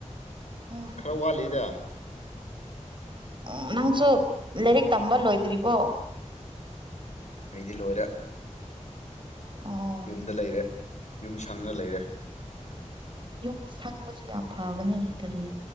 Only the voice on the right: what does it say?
ꯑꯣ
ꯑꯝ ꯅꯪꯁꯨ ꯂꯥꯏꯔꯤꯛ ꯇꯝꯕ ꯂꯣꯏꯗ꯭ꯔꯤꯕꯣ
ꯑꯣ
ꯌꯨꯝ ꯁꯪꯕꯁꯨ ꯌꯥꯝ ꯐꯕꯅꯦ ꯀꯔꯤ